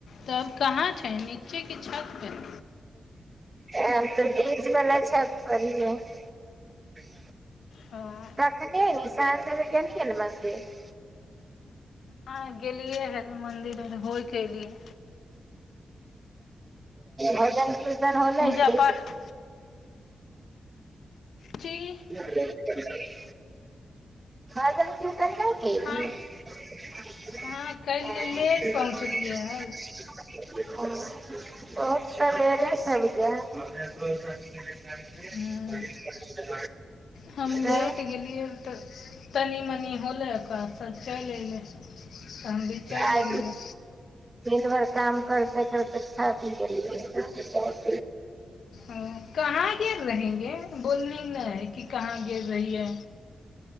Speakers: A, on the left; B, on the right.
A: तब कहाँ छही नीचे की छत पर
B: आब तऽ बीच बला छत पर हियौ ह <inaudible>
A: हँ आ
B: अखने साँझ मे <unintelligible>
A: हँ गेलियै हे मंदिर आर होइ के एलियै
B: भजन कीर्तन होलै
A: पूजा
B: की
A: पाठ जी
B: <inaudible> <unintelligible>
A: हँ
B: <unintelligible>
A: हँ कैलियै लेट पहुँचलियै हन
B: <unintelligible> <inaudible>
A: हूँ हम
B: तब
A: लेट गेलियै तऽ तनी मनि होलै ओकररा सब चलि अएलै तऽ हम भी चलि
B: आई
A: अयलियै
B: दिन भर काम करते करते ठक गेलिए हं
A: ओ कहाँ गेल रहेंगे बोलली ने है कि कहाँ गेल रहियै